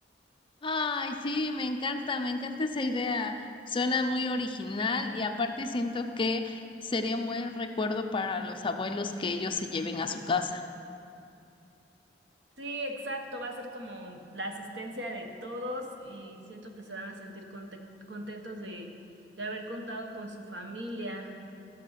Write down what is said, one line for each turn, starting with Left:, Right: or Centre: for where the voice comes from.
Left: Ay, sí, me encanta, me encanta esa idea. Suena muy original y aparte siento que sería un buen recuerdo para los abuelos que ellos se lleven a su casa.
Right: Sí, exacto, va a ser como la asistencia de todos y siento que se van a sentir conte- contentos de, de haber contado con su familia.